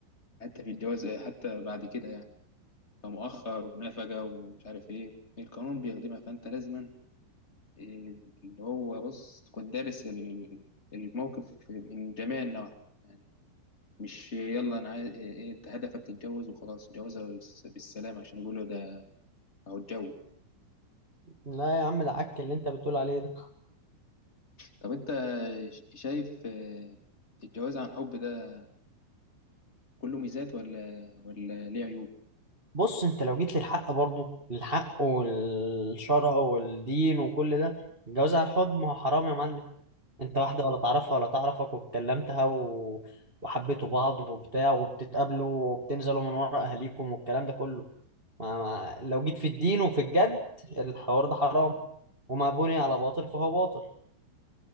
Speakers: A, on the left; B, on the right.
A: حتى في الجواز حتى بعد كده يعني كمؤخر ومنافقة ومش عارف إيه القانون بيخدمها فأنت لازما إيه، اللي هو بص تكون دارس ال- الموقف من جميع النواحي يعني مش يلا انا عايز إيه- إيه، انت هدفك تتجوز وخلاص جوازها بالس- بالسلام عشان يقولوا ده او الجو
B: لا يا عم ده عك اللي انت بتقول عليه ده
A: طب انت ش- شايف آه، الجواز عن حب ده كله ميزات ولا ولا ليه عيوب
B: بص انت لو جيت للحق برضه للحق والشرع والدين وكل ده الجواز على الحب ما هو حرام يا معلم انت واحدة ولا تعرفها ولا تعرفك واتكلمتها و... وحبيتوا بعض وبتاع وبتتقابلوا وبتنزلوا من ورا اهاليكم والكلام ده كله ما... ما... لو جيت في الدين وفي الجد الحوار ده حرام وما بني على باطل فهو باطل